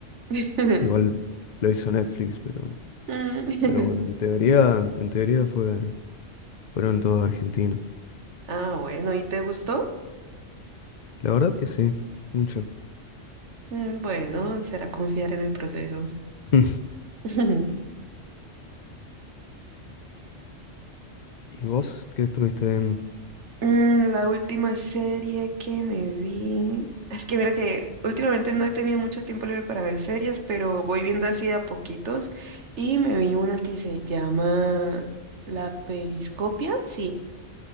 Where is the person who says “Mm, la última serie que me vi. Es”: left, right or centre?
Right